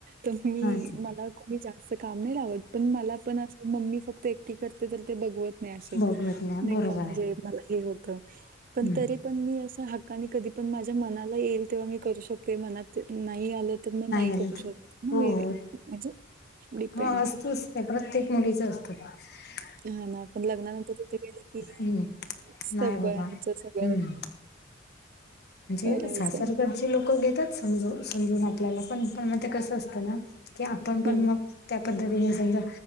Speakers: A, on the right (about 45°); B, on the left (about 55°).
A: तस मी
B: हाच
A: मला कुणी जास्त काम नाय लावत पण मला पण मम्मी फक्त एकटी करते तरी ते बघवत नाही असं
B: भगवत ना
A: नाय
B: बरोबर
A: का म्हणजे
B: आहे
A: मला हे हो त पण
B: हम्म
A: तरी पण मी अस हक्काने कधी पण माझ्या मनाला येईल तेव्हा मी करू शकते मनात त नाही आलं तर म नाही
B: आलं
A: करू शकत
B: तर
A: हाय
B: हो
A: ना मी
B: हो
A: म्हणजे डिपेंड
B: हा असतच ते प्रत्येक मुलीच असत कामं
A: हा ना पण लग्नानंतर तिथे गेले की
B: हम्म
A: सगळ्यांच
B: नाही बाबा
A: सगळं
B: हम्म
A: <inaudible>
B: म्हणजे
A: करायचं
B: सासरकडची लोकं घेतात समजव समजून आपल्याला पण पण म ते कस असत ना की आपण
A: हं
B: पण म त्या क घडीने समजा